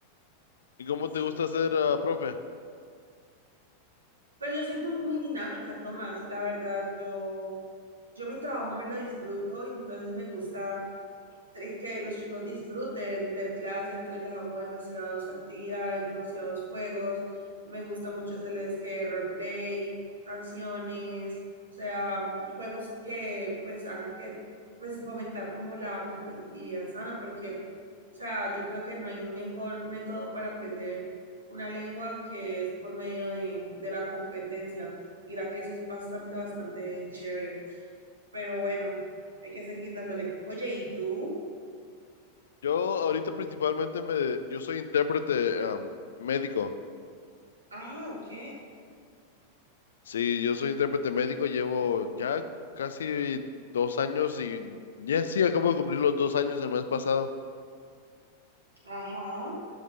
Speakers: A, on the left; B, on the right.
A: ¿Y cómo
B: Sí.
A: te gusta ser, ah, profe?
B: Pues yo soy du- muy dinámica, Tomás, la verdad, yo, yo mi trabajo me lo disfruto y entonces me gusta tres, que los chicos disfruten ver clase, entonces les hago demasiadas actividades, demasiados juegos. Me gusta mucho hacerles que roleplay, canciones, o sea, mm, juegos que pues hagan que pues fomentar como la competitividad sana, porque, o sea, yo creo que no hay mejor método para aprender una lengua que es por medio de, de la competencia. Mira que eso es bastante, bastante chévere. Pero bueno, hay que seguir dándole. Oye, ¿y tú?
A: Yo ahorita principalmente me, yo soy intérprete, am, médico.
B: Ah, ok.
A: Sí, yo soy intérprete médico, llevo ya casi dos años y ya sí, acabo de cumplir los dos años el mes pasado.
B: Ajá.